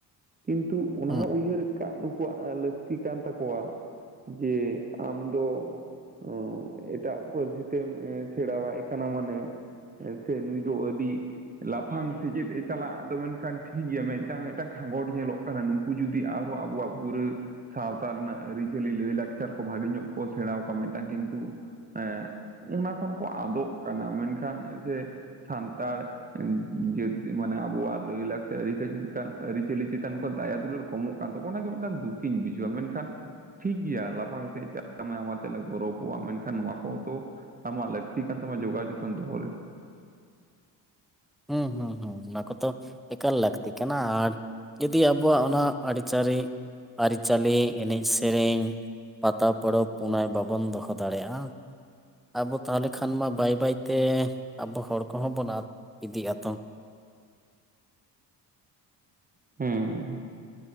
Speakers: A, on the right (about 20°); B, in the centre.
A: ᱠᱤᱱᱛᱩ ᱚᱱᱟ
B: ᱦᱩᱸ
A: ᱦᱚ ᱩᱭᱦᱟᱹᱨ ᱠᱟᱜ ᱱᱩᱠᱩᱣᱟᱜ ᱞᱟᱹᱠᱛᱤ ᱠᱟᱱ ᱛᱟᱠᱚᱣᱟ᱾ ᱡᱮ ᱟᱢ ᱫᱚ ᱚ ᱮᱴᱟᱜ ᱯᱟᱹᱨᱥᱤ ᱛᱮᱢ ᱥᱮᱬᱟᱣᱟᱭ ᱠᱟᱱᱟ ᱢᱟᱱᱮ ᱥᱮ ᱱᱩᱭ ᱫᱚ ᱟᱹᱰᱤ ᱞᱟᱯᱷᱟᱝ ᱥᱮᱪᱮᱫ ᱮ ᱪᱟᱞᱟᱜ ᱟᱫᱚ ᱢᱮᱱᱠᱷᱟᱱ ᱴᱷᱤᱠ ᱜᱮᱭᱟ ᱢᱤᱫᱴᱟᱝ ᱢᱤᱫᱴᱟᱝ ᱠᱷᱟᱸᱜᱚᱴ ᱧᱮᱞᱚᱜ ᱠᱟᱱᱟ ᱱᱩᱠᱩ ᱡᱩᱫᱤ ᱟᱨᱦᱚᱸ ᱟᱵᱚᱣᱟᱜ ᱯᱩᱨᱟᱹ ᱥᱟᱶᱛᱟ ᱨᱮᱱᱟᱜ ᱟᱹᱨᱤᱪᱟᱹᱞᱤ ᱞᱟᱹᱭ-ᱞᱟᱠᱪᱟᱨ ᱠᱚ ᱵᱷᱟᱜᱮ ᱧᱚᱜ ᱠᱚ ᱥᱮᱬᱟᱣ ᱠᱚᱣᱟ, ᱢᱤᱫᱴᱟᱝ ᱠᱤᱱᱛᱩ ᱦᱮᱸ ᱚᱱᱟ ᱠᱷᱚᱱ ᱠᱚ ᱟᱫᱚᱜ ᱠᱟᱱᱟ ᱢᱮᱱᱠᱷᱟᱱ ᱥᱮ ᱥᱟᱱᱛᱟᱲ ᱡᱮ ᱢᱟᱱᱮ ᱟᱵᱚᱣᱟᱜ ᱞᱟᱹᱭᱼᱞᱟᱠᱪᱟᱨ ᱪᱟᱱ ᱟᱹᱨᱤᱪᱟᱹᱞᱤ ᱪᱮᱛᱟᱱ ᱱᱚᱝᱠᱟ ᱫᱟᱭᱟ ᱫᱩᱞᱟᱹᱲ ᱠᱚᱢᱚᱜ ᱠᱟᱱ ᱛᱟᱠᱚᱣᱟ ᱚᱱᱟᱜᱮ ᱢᱤᱫᱴᱟᱝ ᱫᱩᱠᱤᱧ ᱵᱩᱡᱷᱟᱹᱣ-ᱟ, ᱢᱮᱱᱠᱷᱟᱱ ᱴᱷᱤᱠ ᱜᱮᱭᱟ ᱞᱟᱯᱷᱟᱝ ᱥᱮᱫ ᱪᱟᱛᱥᱢᱟᱭ ᱟᱢ ᱟᱛᱮ ᱛᱮᱞᱮ ᱜᱚᱨᱚᱵᱚᱜ-ᱟ ᱢᱮᱱᱠᱷᱟᱱ ᱱᱚᱣᱟ ᱠᱚᱦᱚᱸ ᱛᱚ ᱟᱢᱟᱜ ᱞᱟᱹᱠᱛᱤ ᱠᱟᱱ ᱛᱟᱢᱟ ᱡᱚᱜᱟᱣ ᱡᱚᱛᱚᱱ ᱫᱚᱦᱚ ᱨᱮᱱᱟᱜ ᱾
B: ᱦᱮᱸ ᱦᱮᱸ ᱦᱮᱸ ᱚᱱᱟ ᱠᱚᱛᱚ ᱮᱠᱟᱞ ᱞᱟᱹᱠᱛᱤ ᱠᱟᱱᱟ ᱟᱨ ᱡᱩᱫᱤ ᱟᱵᱚᱣᱟᱜ ᱚᱱᱟ ᱟᱹᱨᱤᱪᱟᱹᱞᱤ ᱟᱹᱨᱤᱪᱟᱹᱞᱤ ᱮᱱᱮᱡ ᱥᱮᱨᱮᱧ ᱯᱟᱛᱟ ᱯᱚᱨᱚᱵ ᱯᱩᱱᱟᱹᱭ ᱵᱟᱵᱚᱱ ᱫᱚᱦᱚ ᱫᱟᱲᱮᱭᱟᱜ-ᱟ᱾ ᱟᱵᱚ ᱛᱟᱦᱚᱞᱮ ᱠᱷᱟᱱ ᱢᱟ ᱵᱟᱹᱭ ᱵᱟᱹᱭᱛᱮ ᱟᱵᱚ ᱦᱚᱲ ᱠᱚᱦᱚᱸ ᱵᱚᱱ ᱟᱫ ᱤᱫᱤᱜ ᱟᱛᱚ᱾
A: ᱦᱩᱸ